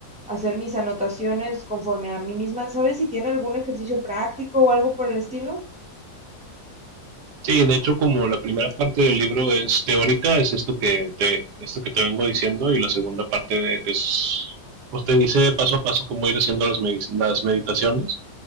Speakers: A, in the centre; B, on the right.
A: hacer mis anotaciones conforme a mí misma, ¿sabes si tiene algún ejercicio práctico o algo por el estilo?
B: Sí, de hecho, como la primera parte del libro es teórica, es esto que te, esto que te vengo diciendo, y la segunda parte de, es, pues te dice paso a paso cómo ir haciendo las, las meditaciones